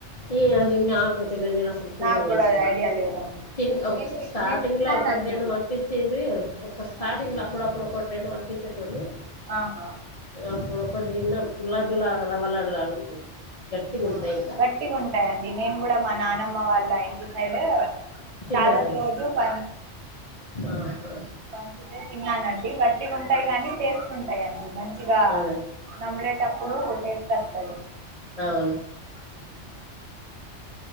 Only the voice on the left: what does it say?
ఈ అదిం ఆక <unintelligible> తెల నేను అసలు చూడూ
కూడా చూలేడి
<unintelligible>
తి ఒక
స్టార్టింగ్
లో ఒకటి రెండు పంపించింది ఒక స్టార్టింగ్
లో అప్పుడప్పుడు ఒకటి రెండు పంపి టోళ్ళు
అప్పుడు ఒకటి తిన్నాం లడ్డు లాగా రవ్వ లడ్డు లాగా ఉంటుంది గట్టిగా
ఉంటాయి ఇంకా
తిన్నారండి
ఆహా
ఆ
అవును